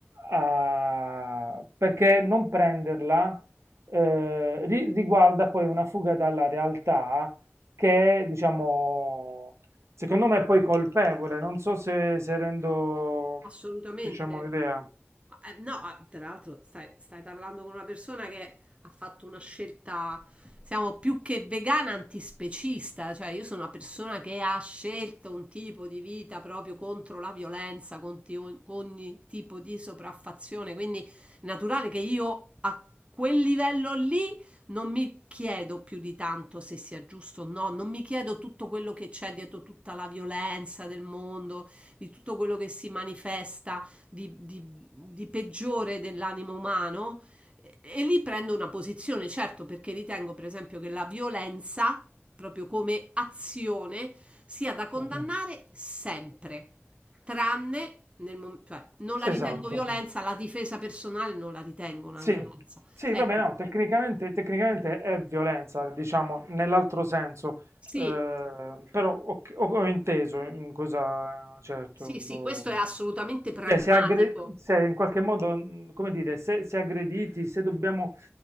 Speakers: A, on the right; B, on the right.
A: ah, perché non prenderla eh, ri- riguarda poi una fuga dalla realtà che è, diciamo, secondo me è poi colpevole, non so se, se rendo,
B: Assolutamente.
A: diciamo, l'idea.
B: Ma, eh, No, ah, tra l'altro stai, stai parlando con una persona che ha fatto una scelta, siamo più che vegana antispecista, cioè io sono una persona che ha scelto un tipo di vita proprio contro la violenza, contro ogni tipo di sopraffazione, quindi è naturale che io a quel livello lì non mi chiedo più di tanto se sia giusto o no, non mi chiedo tutto quello che c'è dietro tutta la violenza del mondo, di tutto quello che si manifesta di, di- di peggiore dell'animo umano e, e lì prendo una posizione, certo, perché ritengo, per esempio, che la violenza, proprio come azione, sia da condannare
A: Sì.
B: sempre, tranne nel momento, cioè, non la ritengo
A: Esatto,
B: violenza, la difesa personale non la ritengo una
A: sì,
B: violenza.
A: sì,
B: Ecco,
A: vabbè, no, tecnicamente, tecnicamente è violenza, diciamo, nell'altro senso,
B: sì,
A: eh, però ho, ho- ho inteso in cosa, certo,
B: sì, sì,
A: lo,
B: questo è assolutamente pragmatico.
A: cioè, se, aggre- se in qualche modo, mh, come dire, se, se aggrediti, se dobbiamo